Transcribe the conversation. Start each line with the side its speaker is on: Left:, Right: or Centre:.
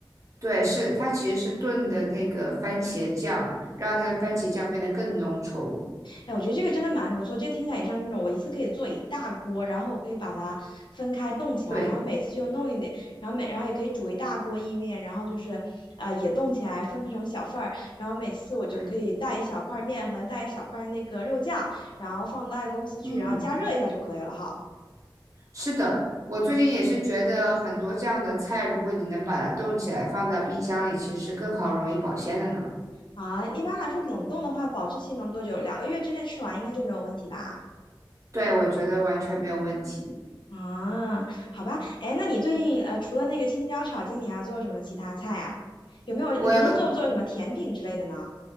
Right: 对，是的，它其实是炖的那个番茄酱，让那个番茄酱变得更浓稠。
Left: 哎，我觉得这个真的蛮不错，这听起来也像那种我一次可以做一大锅，然后我可以把它分开冻起来，
Right: 对
Left: 然后每次就弄一点，然后每然后也可以煮一大锅意面，然后就是呃也冻起来分开成小份儿，然后每次我就可以带一小块面和带一小块那个肉酱，
Right: 对，
Left: 然后放到爱的公司去，
Right: 嗯。
Left: 然后加热一下就可以了哈。
Right: 是的，我最近也是觉得很多这样的菜，如果你能把它冻起来放在冰箱里，其实是更好容易保鲜的呢。
Left: 啊，一般来说，冷冻的话，保质期能多久？两个月之内吃完应该就没有问题吧？
Right: 对，我觉得完全没有问题。
Left: 啊，好吧，哎，那你最近呃，除了那个青椒炒鸡，你还做什么其他菜啊？有没有？
Right: 我有
Left: 你平时做不做什么甜品之类的呢？